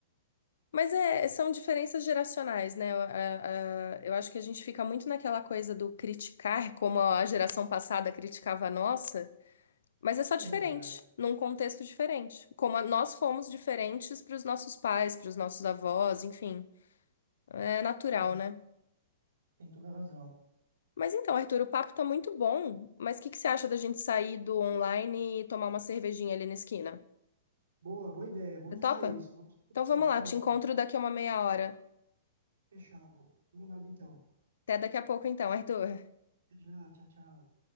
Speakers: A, on the left (about 75°); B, on the right (about 80°).
A: mas é, são diferenças geracionais, né? Eu, a- a- eu acho que a gente fica muito naquela coisa do criticar, como a geração passada criticava a nossa, mas é só
B: É
A: diferente,
B: verdade.
A: num contexto diferente. Como a- nós fomos diferentes para os nossos pais, para os nossos avós, enfim. É natural,
B: Sim.
A: né?
B: Tem toda a razão.
A: Mas então, Arthur, o papo tá muito bom, mas o que que você acha da gente sair do online e tomar uma cervejinha ali na esquina?
B: Boa, boa ideia. Vamos
A: Você topa?
B: fazer isso. Vamos encontrar.
A: Então vamos
B: Topo.
A: lá, te encontro daqui a uma meia hora.
B: Fechado. Combinado então.
A: Até daqui a pouco então, Arthur.
B: Até já. Tchau, tchau.